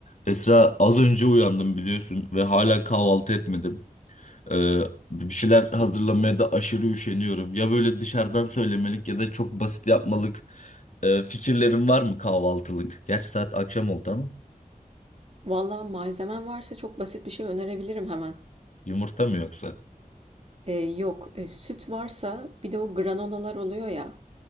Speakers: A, on the left; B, on the right.
A: Esra az önce uyandım biliyorsun ve hala kahvaltı etmedim. Ee, bir şeyler hazırlamaya da aşırı üşeniyorum. Ya böyle dışarıdan söylemelik ya da çok basit yapmalık e, fikirlerin var mı kahvaltılık? Gerçi saat akşam oldu ama
B: Valla malzemen varsa çok basit bir şey önerebilirim hemen.
A: yumurta mı yoksa?
B: Ee, yok, e, süt varsa bir de o granolalar oluyor ya.